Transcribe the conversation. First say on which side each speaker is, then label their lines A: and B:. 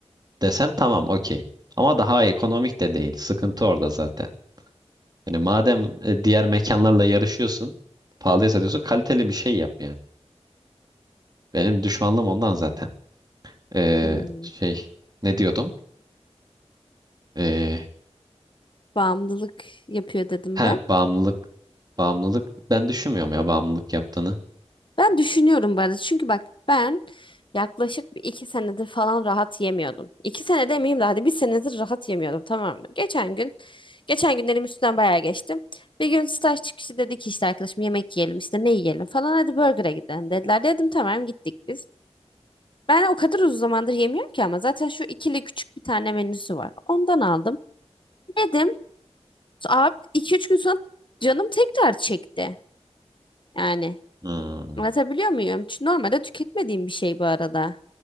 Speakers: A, on the right; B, on the left.
A: Desen tamam okey. Ama daha ekonomik de değil. Sıkıntı orada zaten. Yani madem e, diğer mekanlarla yarışıyorsun, pahalıya satıyorsun, kaliteli bir şey yap yani. Benim düşmanlığım ondan zaten. Ee,
B: Hmm,
A: şey ne diyordum? Ee,
B: bağımlılık yapıyor dedim
A: ha
B: ben.
A: bağımlılık bağımlılık ben düşünmüyorum ya bağımlılık yaptığını.
B: Ben düşünüyorum bu arada. Çünkü bak ben yaklaşık bir iki senedir falan rahat yemiyordum. İki sene demeyeyim de hadi bir senedir rahat yemiyordum tamam mı? Geçen gün, geçen günlerim üstünden bayağı geçtim. Bir gün staj çıkışı dedik ki işte arkadaşım yemek yiyelim işte ne yiyelim falan hadi burger'a gidelim dediler. Dedim tamam gittik biz. Ben o kadar uzun zamandır yemiyorum ki ama zaten şu ikili küçük bir tane menüsü var. Ondan aldım. Yedim. Abi iki üç gün sonra canım tekrar çekti. Yani
A: Hmm,
B: anlatabiliyor muyum? Çünkü normalde tüketmediğim bir şey bu arada.